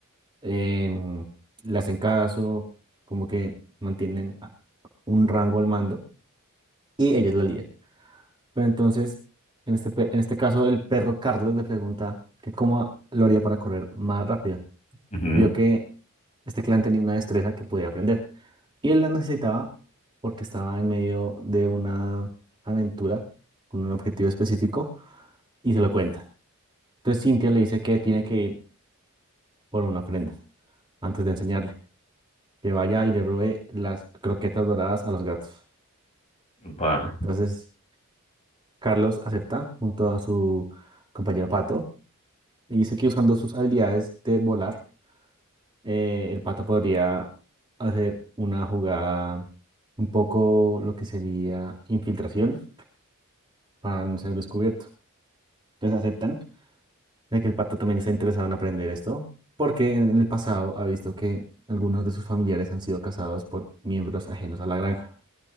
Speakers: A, on the right; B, on the left.
A: em, le hacen caso, como que mantienen a- un rango al mando y ella es la líder. Pero entonces, en este, pe- en este caso, el perro Carlos le pregunta que cómo lo haría para correr más rápido.
B: Ujú,
A: Vio que este clan tenía una destreza que podía aprender y él la necesitaba porque estaba en medio de una aventura con un objetivo específico y se lo cuenta. Entonces, Cintia le dice que tiene que ir por una ofrenda antes de enseñarle. que vaya y le robe las croquetas doradas a los gatos.
B: upa.
A: Entonces, Carlos acepta junto a su compañero Pato y dice que usando sus habilidades de volar, eh, el Pato podría hacer una jugada un poco lo que sería infiltración para
B: Ujú.
A: no ser descubierto. Entonces aceptan de que el Pato también está interesado en aprender esto porque en el pasado ha visto que algunos de sus familiares han sido cazados por miembros ajenos a la granja.